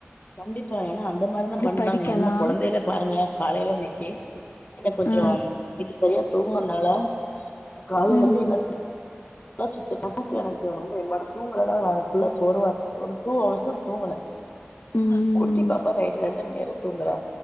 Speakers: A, on the left; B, on the left.
A: கண்டிப்பா ஏன்னா அந்த மாரிதா பண்றாங்க
B: படிக்கலா
A: என்ம்மா கொழந்தைகலே பாருங்களே காலையில இன்னக்கீ என்ன கொஞ்சோ
B: ஆ
A: இன்னக்கீ செரியா தூங்காதனால காலைலந்து
B: ம்
A: என்னாச்சி ல சுத்தமா தூக்கொ எனக்கு ரொம்ப என்பாடு தூங்கலனா நா ஃபுல்லா சோர்வா இருக்கு ஒரு டூ அவர்ஸ் தா தூங்குனே
B: ம்
A: குட்டி பாப்பா நைட்டு ரெண்டு மணி வர தூங்கள